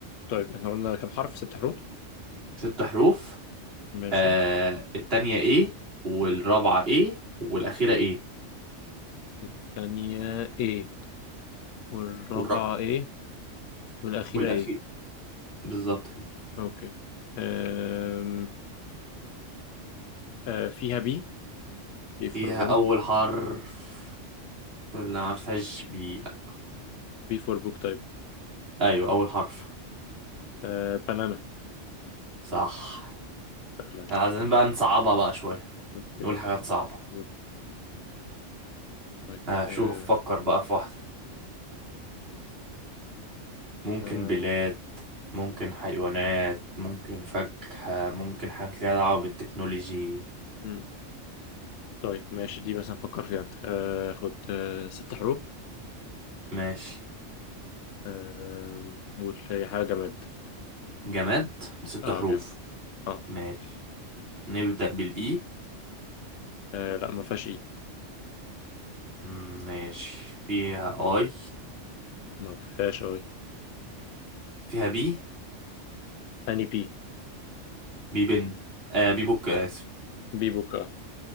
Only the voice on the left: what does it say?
طيب احنا قلنا كم حرف ست حروف
ماشي
الثانية إيه والرابعة
إيه والأخيرة
إيه
أوكي آم... آه فيها بي دي
فور
بي فور بوك تايب
آه بنانا
سهلة
دي
اوكي
بوك تايب
آه
آه
مم. طيب ماشي دي مثلا فكر فيها انت آه خد آه ست حروف
آه قول هي حاجة جماد
اه
جامد اه
آه، لا ما فيهاش اي
ما فيهاش اي
اني بي
بي بوك اه